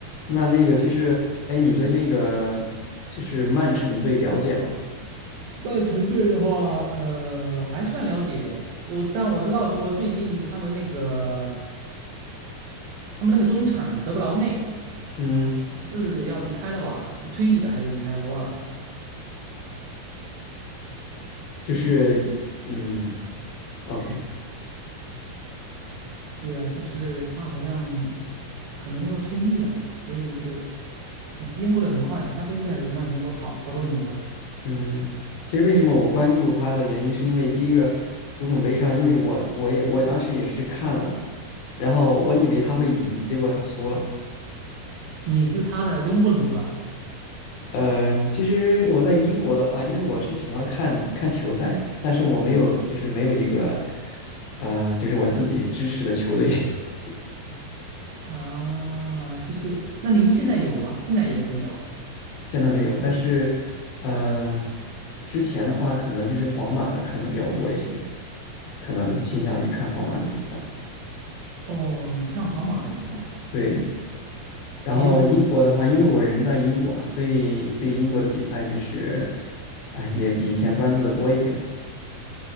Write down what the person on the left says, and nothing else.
那那个就是，哎，你对那个就是曼城队了解吗？
嗯，
就是嗯，OK，
嗯，其实为什么我关注他的原因，是因为第一个足总杯上，因为我我也我当时也是看了的，然后我以为他会赢，结果他输了，
嗯，其实我在英国的话，因为我是喜欢看看球赛，但是我没有，就是没有一个，呃，就是我自己支持的球队，<laughs>
现在没有。但是，呃，之前的话，可能就是皇马的看的比较多一些，可能倾向于看皇马的比赛。
对，然后英国的话，
因为我人在英国嘛，所以对英国的比赛就是，哎，也比以前关注的多一点。